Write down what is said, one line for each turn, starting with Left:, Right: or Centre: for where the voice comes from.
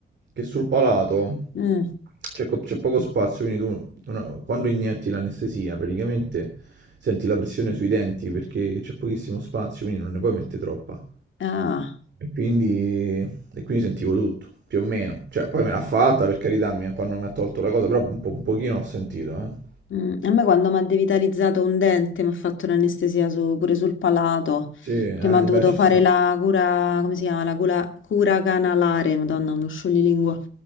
Right: che sul palato
Left: mm,
Right: c'è co- c'è poco spazio, quindi tu una- quando inietti l'anestesia praticamente senti la pressione sui denti perché c'è pochissimo spazio, quindi non ne puoi mettere troppa.
Left: ah,
Right: E quindi, e quindi sentivo tutto, più o meno. Cioè, poi me l'ha fatta, per carità, mi- quando mi ha tolto la cosa, però un po', un pochino ho sentito, eh.
Left: mm. A me quando mi ha devitalizzato un dente, mi ha fatto l'anestesia su- pure sul palato,
Right: Sì, eh,
Left: che mi ha dovuto
Right: beh, ci
Left: fare
Right: sta.
Left: la cura, come si chiama? La cura, cura canalare, madonna, uno scioglilingua.